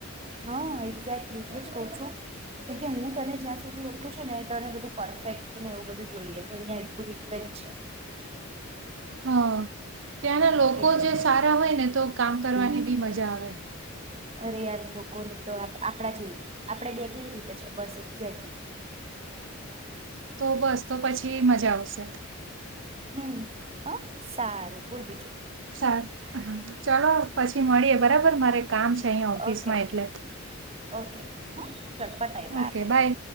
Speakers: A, on the right; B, on the right.
A: હ અ એક્ઝેક્ટલી એટલે જ કઉ છું કે કે હું તને જ્યાં સુધી ઓળખું છું. ને તને બધું પરફેક્ટને એવું બધું જોઈએ તો અહિયાં <unintelligible> જ છે.
B: હ ત્યાંના લોકો
A: એટલે
B: જે
A: કઉ
B: સારા હોય ને તો કામ કરવાની ભી મજા આવે.
A: અરે યાર લોકોને તો આપણા જેવું આપડે બે કેવી રીતે છે બસ એક્ઝેક્ટલી.
B: તો બસ તો પછી મજા આવશે.
A: હમ, હ સારું બોલ બીજું.
B: સારુ ચલો પછી મળીએ બરાબર મારે કામ છે. અહીંયા ઓફિસમાં
A: ઓકે
B: એટલે.
A: ઓકે ઓકે હા ચાલ પતાય
B: ઓકે બાય.